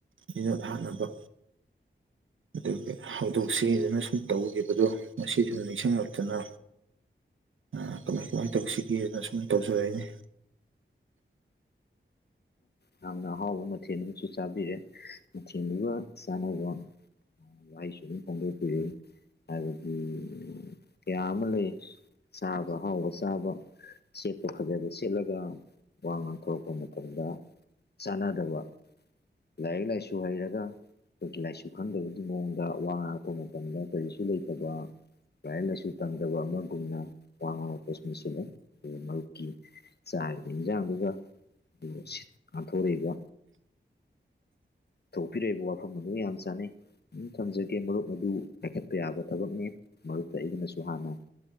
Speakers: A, on the right; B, on the left.
A: ꯁꯤꯖꯣ ꯍꯥꯠꯅꯕ ꯑꯗꯨꯒꯤ ꯍꯧꯗꯣꯛꯁꯤꯗꯅ ꯁꯨꯝ ꯇꯧꯈꯤꯕꯗꯣ ꯉꯁꯤꯁꯤꯅ ꯅꯤꯡꯁꯤꯡꯉꯛꯇꯨꯅ ꯑ ꯀꯃꯥꯏ ꯀꯃꯥꯏꯅ ꯇꯧꯁꯤꯒꯦꯅ ꯁꯨꯃꯥꯏꯅ ꯇꯧꯖ ꯍꯥꯏꯅꯤ
B: ꯌꯥꯝꯅ ꯑꯍꯥꯎꯕ ꯃꯊꯦꯜ ꯑꯃꯁꯨ ꯆꯥꯕꯤꯔꯦ ꯃꯊꯦꯜꯗꯨꯒ ꯆꯥꯅꯕ ꯂꯏꯁꯨꯔ ꯐꯣꯡꯗꯣꯛꯄꯤꯔꯤ ꯑꯗꯨꯗꯒꯤ ꯀꯌꯥ ꯑꯃ ꯂꯩ ꯆꯥꯕ ꯍꯍꯥꯎꯕ ꯆꯥꯕ ꯁꯦꯠꯄ ꯐꯖꯕ ꯁꯦꯠꯂꯒ ꯋꯥ ꯉꯥꯡꯊꯣꯔꯛꯄ ꯃꯇꯝ ꯑꯗꯨꯗ ꯆꯥꯟꯅꯗꯕ ꯂꯥꯏꯔꯤꯛ ꯂꯥꯏꯁꯨ ꯍꯩꯔꯒ ꯐꯔꯇꯤꯂꯥꯏꯁꯁꯨ ꯈꯪꯗꯕꯒꯤ ꯃꯑꯣꯡꯗ ꯋꯥ ꯉꯥꯡꯉꯛꯄ ꯃꯇꯝꯗ ꯀꯔꯤꯁꯨ ꯂꯩꯇꯕ ꯂꯥꯏꯔꯤꯛ ꯂꯥꯏꯁꯨ ꯇꯝꯗꯕ ꯑꯃꯒꯨꯝꯅ ꯋꯥ ꯉꯥꯡꯉꯛꯄꯥꯇꯁꯨ ꯃꯁꯤꯂꯦ ꯑꯗꯨꯒ ꯃꯔꯨꯞꯀꯤ ꯆꯥꯏꯗꯤꯅ ꯆꯥꯡꯗꯨꯒ ꯑꯗꯨꯒ ꯁꯤ ꯉꯥꯊꯣꯔꯛꯏꯕ ꯊꯣꯛꯄꯤꯔꯛꯏꯕ ꯋꯥꯐꯝ ꯑꯗꯨ ꯌꯥꯝ ꯆꯥꯅꯩ ꯑꯗꯨꯝ ꯊꯝꯖꯒꯦ ꯃꯔꯨꯞ ꯃꯗꯨ ꯄꯥꯏꯈꯠꯄ ꯌꯥꯕ ꯊꯕꯛꯅꯤ ꯃꯔꯨꯞꯛꯇ ꯑꯩꯒꯤꯅꯁꯨ ꯍꯥꯟꯅ